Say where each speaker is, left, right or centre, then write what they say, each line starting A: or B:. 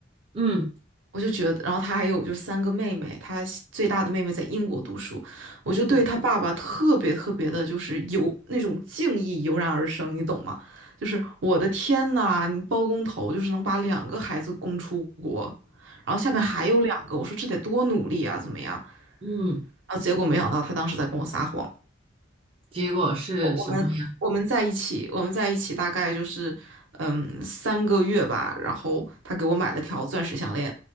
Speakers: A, on the right; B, on the right.
A: 嗯
B: 我就觉得，然后他还有就三个妹妹，他最大的妹妹在英国读书，我就对他爸爸特别特别的，
A: 嗯
B: 就是有那种敬意油然而生，你懂吗？就是我的天呐，你包工头就是能把两个孩子供出国，然后下面还有两个，
A: 嗯。
B: 我说这得多努力啊，怎么样？
A: 嗯，
B: 然后结果没想到他当时在跟我撒谎。
A: 结果是什么呀？
B: 我我们我们在一起，我们在一起大概就是嗯三个月吧。然后他给我买了条钻石项链，